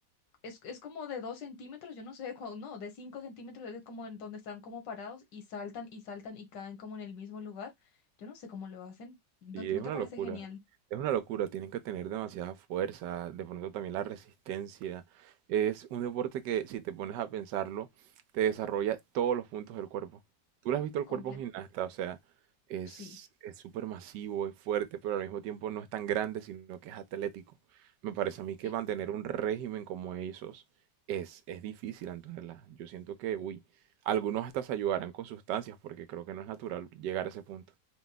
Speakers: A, on the left; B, on the right.
A: es, es como de dos centímetros, yo no sé, de cuán- no, de cinco centímetros, es como en donde están como parados y saltan y saltan y caen como en el mismo lugar. Yo no sé cómo lo hacen. ¿No,
B: Sí,
A: no
B: es una
A: te parece
B: locura.
A: genial?
B: Es una locura. Tienen que tener demasiada fuerza. De pronto también la resistencia. Es un deporte que, si te pones a pensarlo, te desarrolla todos los puntos del cuerpo. Tú lo has visto el
A: completo
B: cuerpo a un gimnasta, o sea, es
A: Sí.
B: es súper masivo, es fuerte, pero al mismo tiempo no es tan grande, sino que es atlético. Me parece a mí que
A: Eh,
B: mantener un régimen como esos es, es difícil, Antonella. Yo siento que, uy, algunos hasta se ayudarán con sustancias, porque creo que no es natural llegar a ese punto.